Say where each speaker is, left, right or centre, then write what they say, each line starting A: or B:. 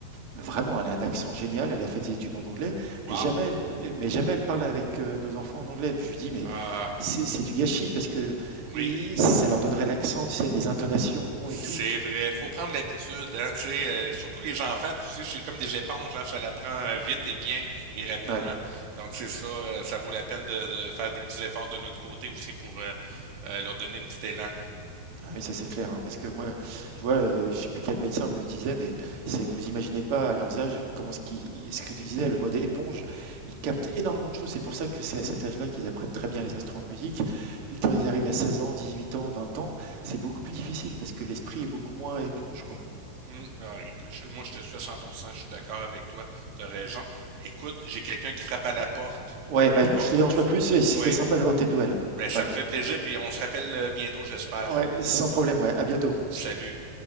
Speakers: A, on the right; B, on the right.
A: Vraiment, elle a un accent génial, elle a fait des études en anglais,
B: Wow!
A: mais jamais elle, mais jamais elle parle avec, heu, nos enfants en anglais. Je lui dis: «Mais
B: Ah,
A: c'est c'est du gâchis parce que
B: oui.
A: i ça leur donnerait l'accent, tu sais, les intonations
B: C'est
A: et tout».
B: vrai, faut prendre l'habitude, hein, tu sais, euh, surtout les enfants, tu sais, c'est comme des éponges, hein, ça l'apprend euh, vite et bien et rapidement.
A: Ouais,
B: Donc c'est ça, euh, ça vaut la peine de, de faire des petits efforts de notre côté aussi pour euh, euh, leur donner un petit élan.
A: ah oui, ça c'est clair, hein, parce que moi, je vois, heu, je sais plus quel médecin me disait, mais c'est vous imaginez pas à leurs âges comment ce qui ce que tu disais, le mode éponge, ils captent énormément de choses. C'est pour ça que c'est à cet âge-là qu'ils apprennent très bien les instruments de musique. Puis quand ils arrivent à 16 ans, 18 ans, 20 ans, c'est beaucoup plus difficile parce que l'esprit est beaucoup moins éponge, quoi.
B: Hum, alors, écoute, je- moi je te suis à 100%, je suis d'accord avec toi, t'as raison. Écoute, j'ai quelqu'un qui frappe à la porte.
A: Ouais,
B: Fait
A: bah
B: que
A: écoute,
B: va,
A: je te dérange
B: va fa-
A: pas plus et si
B: ouais,
A: c'était sympa d'avoir tes nouvelles.
B: ben ça
A: Ouais.
B: me fait plaisir, puis on se rappelle euh, bientôt, j'espère.
A: Ouais, sans problème, ouais. À bientôt.
B: Salut.